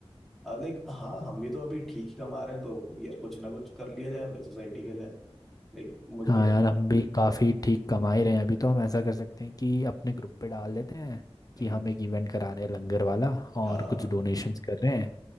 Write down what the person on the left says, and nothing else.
हाँ
यार हम भी काफ़ी ठीक कमा ही रहे हैं अभी तो हम ऐसा कर सकते हैं कि अपने ग्रुप पे डाल देते हैं
कि हम एक इवेंट करा रहे हैं लंगर वाला और
कुछ डोनेशंस कर रहे हैं